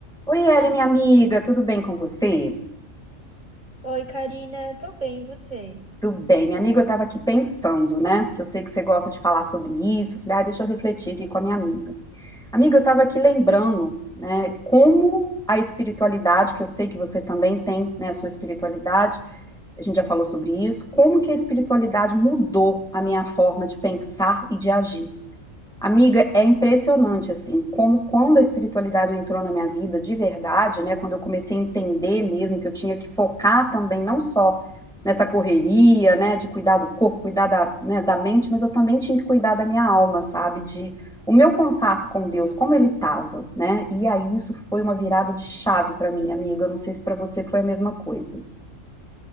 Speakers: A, in the centre; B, on the right.
A: Oi, Eli, minha amiga, tudo bem com você?
B: Oi, Karina, tô bem, e você?
A: Tudo bem, minha amiga, eu estava aqui pensando, né? Que eu sei que você gosta de falar sobre isso. Falei, ah, deixa eu refletir aqui com a minha amiga. Amiga, eu estava aqui lembrando, né, como a espiritualidade, que eu sei que você também tem, né, a sua espiritualidade, a gente já falou sobre isso, como que a espiritualidade mudou a minha forma de pensar e de agir. Amiga, é impressionante assim, como quando a espiritualidade entrou na minha vida de verdade, né, quando eu comecei a entender mesmo que eu tinha que focar também não só nessa correria, né, de cuidar do corpo, cuidar da, né, da mente, mas eu também tinha que cuidar da minha alma, sabe, de o meu contato com Deus, como ele estava, né? E aí isso foi uma virada de chave para mim, amiga. Eu não sei se para você foi a mesma coisa.